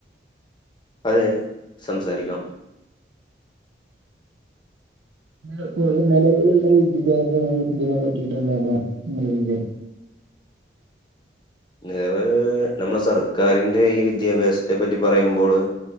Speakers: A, on the left (about 25°); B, on the right (about 85°).
A: അതെ സംസാരിക്കാം
B: ഇപ്പോ നിലവിലുള്ള വിദ്യാഭ്യാസ ഇതിനെ പറ്റിയിട്ട് എന്താ ങ്ങളെ ഇതില്
A: നലവില് നമ്മള സർക്കാരിന്റെ ഈ വിദ്യാഭ്യാസത്തെ പറ്റി പറയുമ്പോള്